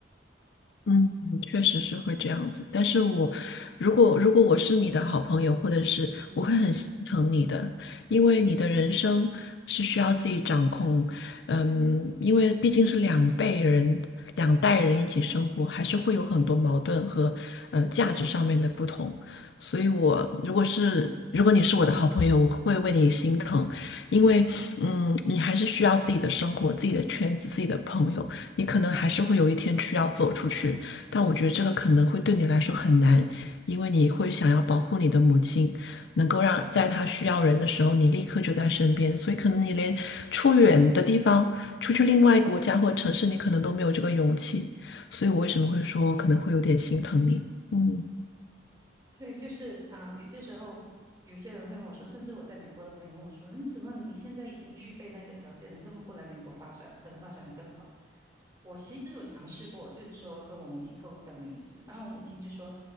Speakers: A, on the left (about 60°); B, on the right (about 20°).
A: 嗯，确实是会这样子，但是我如果如果我是你的好朋友，或者是我会很心疼你的，
B: 嗯哼
A: 因为你的人生是需要自己掌控，嗯，因为毕竟是两辈人、两代人一起生活，还是会有很多矛盾和呃价值上面的不同，所以我如果是如果你是我的好朋友，我会为你心疼，因为嗯，你还是需要自己的生活、自己的圈子、自己的朋友。你可能还是会有一天需要走出去，但我觉得这个可能会对你来说很难，因为你会想要保护你的母亲，能够让在她需要人的时候，你立刻就在身边。所以可能你连出远的地方，出去另外一个国家或城市，你可能都没有这个勇气。所以我为什么会说可能会有点心疼你？嗯
B: 所以就是，嗯、有些时候有些人会问我说，甚至我在美国的朋友问我说，你怎么你现在已经具备那个条件了，这么不来美国发展，可能发展的更好？我其实有尝试过，就是说跟我母亲透露这样的意思，当然我母亲就说，